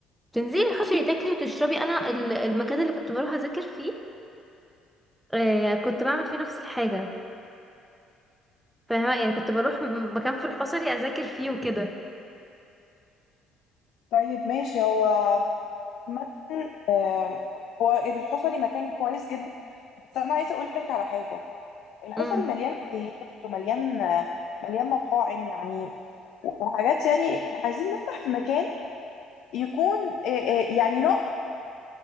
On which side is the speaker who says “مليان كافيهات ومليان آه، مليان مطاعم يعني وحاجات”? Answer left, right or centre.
Left